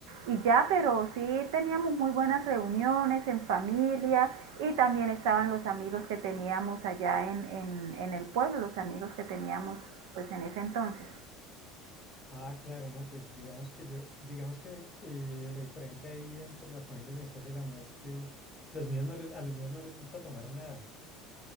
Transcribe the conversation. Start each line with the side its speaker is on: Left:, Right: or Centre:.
Right: Y ya, pero sí teníamos muy buenas reuniones en familia y también estaban los amigos que teníamos allá en, en, en el pueblo, los amigos que teníamos pues en ese entonces.
Left: Ah, claro, no, pues digamos que yo, digamos que eh, la diferencia ahí entre la familia de mi esposa y la mía es que los míos no les, a los míos no les gusta tomar nada.